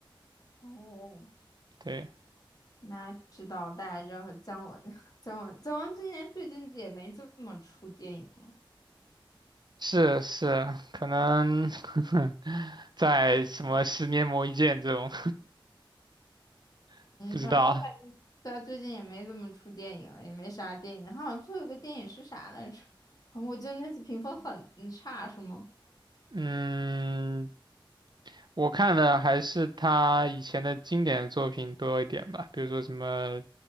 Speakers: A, on the left (about 45°); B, on the right (about 55°).
A: 哦，
B: 对，
A: 那知道，大家知道姜文，<laughs> 姜文，姜文今年最近也没怎么出电影。
B: 是是，可能 <laughs> 在什么十年磨一剑这种 <laughs>
A: 嗯，
B: 不知道。
A: 反正我感觉他最近也没怎么出电影了，也没啥电影。他好像最后一个电影是啥来着？啊我记得那次评分很很差，是吗？
B: 嗯，我看的还是他以前的经典作品多一点吧，比如说什么